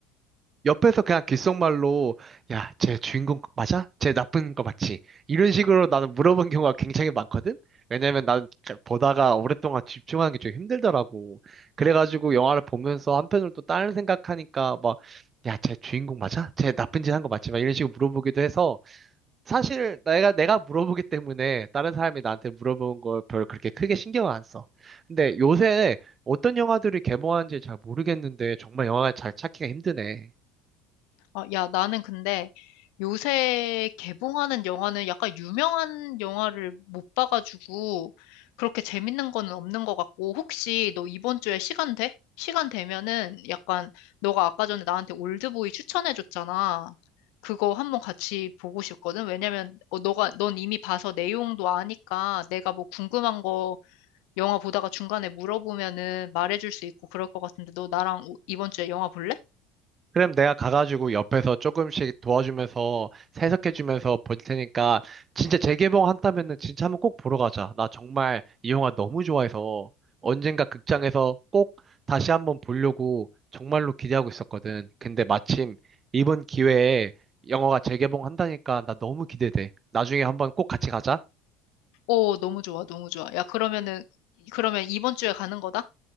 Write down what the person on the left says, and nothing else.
아, 야, 나는 근데 요새 개봉하는 영화는 약간 유명한 영화를 못 봐가지고 그렇게 재밌는 거는 없는 것 같고 혹시 너 이번 주에 시간 돼? 시간 되면은 약간 너가 아까 전에 나한테 올드보이 추천해줬잖아. 그거 한번 같이 보고 싶거든. 왜냐면 어, 너가 넌 이미 봐서 내용도 아니까 내가 뭐 궁금한 거 영화 보다가 중간에 물어보면은 말해줄 수 있고 그럴 것 같은데 너 나랑 오- 이번 주에 영화 볼래?
오, 너무 좋아, 너무 좋아. 야, 그러면은, 그러면 이번 주에 가는 거다?